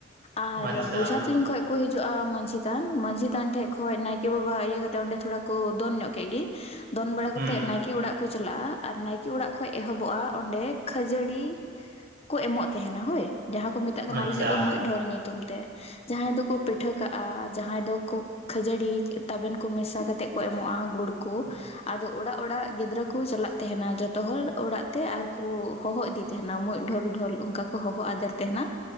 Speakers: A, on the left (about 30°); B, on the right (about 50°).
A: ᱟᱨ
B: ᱟᱪᱪᱷᱟ
A: ᱵᱡᱷᱟ ᱛᱧ ᱠᱷᱚᱡ ᱠᱚ ᱦᱤᱡᱩᱜᱼᱟ ᱢᱟᱹᱡᱷᱤ ᱛᱷᱟᱱ ᱢᱟᱹᱡᱷᱤ ᱛᱷᱟᱱ ᱴᱷᱮᱡ ᱠᱷᱱ ᱱᱟᱭᱠᱮ ᱵᱟᱵᱟ ᱤᱭᱟᱹ ᱠᱟᱛᱮᱫ ᱚᱸᱰᱮ ᱛᱷᱚᱲᱟ ᱠᱚ ᱫᱚᱱ ᱧᱚᱜ ᱠᱮᱫ ᱜᱮ ᱾ ᱫᱚᱱ ᱵᱟᱲᱟ
B: ᱦᱩᱸ
A: ᱠᱟᱛᱮᱫ ᱱᱟᱭᱠᱮ ᱚᱲᱟᱜ ᱠᱚ ᱪᱟᱞᱟᱜᱼᱟ, ᱟᱨ ᱱᱟᱭᱠᱮ ᱚᱲᱟᱜ ᱠᱷᱚᱱ ᱮᱦᱚᱵᱚᱜᱼᱟ ᱚᱸᱰᱮ ᱠᱷᱟᱡᱟᱹᱲᱤ ᱲᱤ ᱠᱚ ᱮᱢᱚᱜ ᱛᱟᱦᱮᱱᱟ, ᱦᱳᱭ ᱡᱟᱦᱟᱸ ᱠᱚ ᱢᱮᱛᱟᱜ ᱠᱟᱱᱟ
B: ᱟᱪᱪᱷᱟ
A: ᱟᱞᱮᱥᱮᱫ ᱫᱚ ᱢᱩᱡ ᱰᱷᱳᱞ ᱧᱩᱛᱩᱢ ᱛᱮ᱾ ᱡᱟᱦᱟᱸᱭ ᱫᱚᱠᱚ ᱯᱤᱴᱷᱟᱹ ᱠᱟᱜᱼᱟ ᱡᱟᱦᱟᱸᱭ ᱫᱚᱠᱚ ᱠᱷᱟᱹᱡᱟᱹᱲᱤ ᱛᱟᱵᱮᱱ ᱠᱚ ᱢᱮᱥᱟ ᱠᱟᱛᱮᱫ ᱠᱚ ᱮᱢᱚᱜᱼᱟ ᱜᱩᱲ ᱠᱚ᱾ ᱟᱫᱚ ᱚᱲᱟᱜ ᱚᱲᱟᱜ ᱜᱤᱫᱽᱨᱟᱹ ᱠᱚ ᱪᱟᱞᱟᱜ ᱛᱟᱦᱮᱱᱟ ᱡᱚᱛᱚ ᱦᱚᱲ ᱚᱲᱟᱜ ᱛᱮ ᱟᱨᱠᱩ ᱦᱚᱦᱚ ᱤᱫᱤ ᱛᱟᱦᱮᱱᱟ ᱢᱩᱡ ᱰᱷᱳᱞ ᱰᱷᱳᱞ ᱚᱱᱠᱟ ᱠᱚ ᱦᱚᱦᱚ ᱟᱫᱮᱨ ᱛᱟᱦᱮᱱᱟ᱾